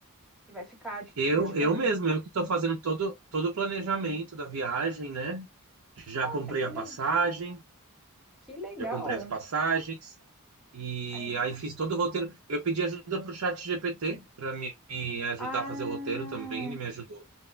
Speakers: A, in the centre; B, on the right (about 80°).
A: e vai ficar
B: Eu,
A: do tipo,
B: eu mesmo, eu que estou fazendo todo, todo o planejamento da viagem, né? Já
A: nossa,
B: comprei
A: que
B: a
A: legal.
B: passagem,
A: Que legal.
B: já comprei as passagens, e
A: Aí-
B: aí fiz todo o roteiro. Eu pedi ajuda para o chat GPT para me me ajudar
A: Ah,
B: a fazer o roteiro também, ele me ajudou.